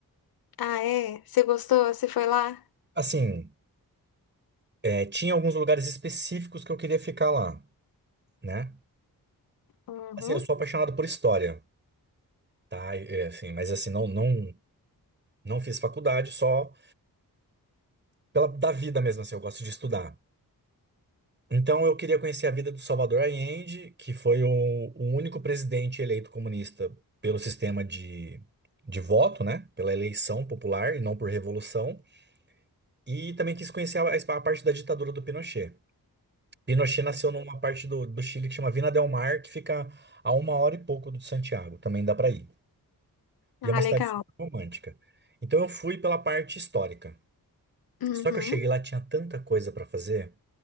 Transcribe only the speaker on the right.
Assim, é, tinha alguns lugares específicos que eu queria ficar lá, né?
Assim, eu sou apaixonado por história. Tá, é, assim, mas assim, não, não, não fiz faculdade, só pela da vida mesmo, assim, eu gosto de estudar. Então eu queria conhecer a vida do Salvador Allende, que foi o, o único presidente eleito comunista pelo sistema de, de voto, né? Pela eleição popular e não por revolução. E também quis conhecer a, a parte da ditadura do Pinochet. Pinochet nasceu numa parte do, do Chile que chama Vina del Mar, que fica a uma hora e pouco de Santiago, também dá para ir. E
é uma cidade
super romântica. Então eu fui pela parte histórica.
Só que eu cheguei lá, tinha tanta coisa pra fazer,